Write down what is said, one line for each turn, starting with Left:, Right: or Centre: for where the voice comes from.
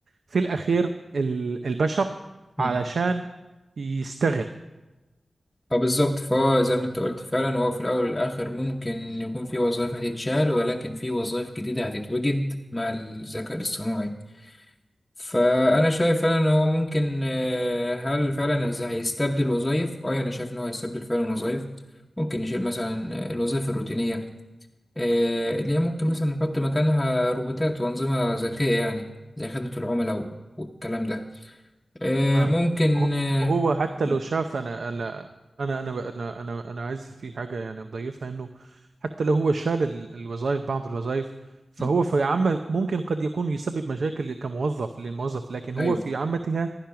Right: في الاخير ال- البشر
Left: م.
Right: علشان يستغل
Left: فبالظبط فهو زي ما انت قلت فعلا هو في الأول والآخر ممكن يكون في وظائف هتتشال ولكن في وظائف جديدة هتتوجد مع الذكاء الاصطناعي فأنا شايف فعلا إن هو ممكن آه، هل فعلا إز- هيستبدل وظائف؟ أه يعني أنا شايف إن هو هيستبدل فعلا وظائف ممكن يشيل مثلا آه، الوظائف الروتينية آه، اللي هي ممكن مثلا نحط مكانها روبوتات وأنظمة ذكية يعني زي خدمة العملاء و- والكلام ده آه،
Right: نعم
Left: ممكن
Right: هو
Left: آه،
Right: هو حتى
Left: م-
Right: لو شاف انا انا انا انا انا انا, أنا عايز في حاجه يعني بضيفها انه حتى لو هو شال ال- الوظائف بعض الوظائف فهو
Left: م-
Right: في عامة ممكن قد يكون يسبب مشاكل كموظف للموظف لكن هو
Left: أيوه
Right: في عامتها